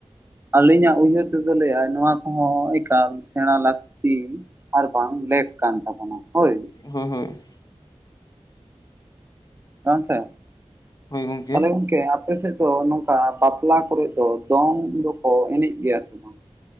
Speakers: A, on the right; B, on the left.
A: ᱟᱹᱞᱤᱧᱟᱜ ᱩᱭᱦᱟᱹᱨ ᱛᱮᱫᱚ ᱞᱟᱹᱭᱟᱭ ᱱᱚᱣᱟ ᱠᱚᱦᱚᱸ ᱮᱠᱟᱞ ᱥᱮᱬᱟ ᱞᱟᱹᱠᱛᱤ ᱾ ᱟᱨ ᱵᱟᱝ ᱞᱮᱠ ᱠᱟᱱ ᱛᱟᱵᱚᱱᱟ ᱦᱳᱭ ᱾
B: ᱦᱳᱭ ᱦᱳᱭ ᱾
A: ᱵᱟᱝ ᱥᱮ ᱾ <inaudible>
B: ᱦᱳᱭ ᱜᱚᱢᱠᱮ
A: ᱛᱟᱦᱞᱮ ᱜᱚᱝᱠᱮ ᱟᱯᱮ ᱥᱮᱫ ᱫᱚ ᱱᱚᱝᱠᱟ ᱵᱟᱯᱞᱟ ᱠᱚᱨᱮ ᱫᱚ ᱫᱚᱝ ᱫᱚᱠᱚ ᱮᱱᱮᱡ ᱜᱮᱭᱟ ᱥᱮ ᱵᱟᱝ?